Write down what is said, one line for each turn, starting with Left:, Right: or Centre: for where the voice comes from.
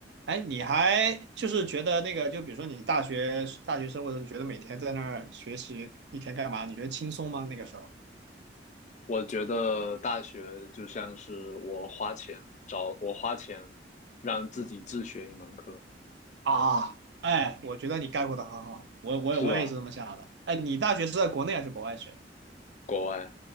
Right: 哎，你还就是觉得那个，就比如说你大学大学生活的时候你觉得每天在那儿学习一天干嘛？你觉得轻松吗？那个时候
Left: 我觉得大学就像是我花钱找，我花钱让自己自学一门课，
Right: 啊，哎，我觉得你概括的很好，我我我也是这么想的。
Left: 是吧？
Right: 哎，你大学是在国内还是国外学？
Left: 国外，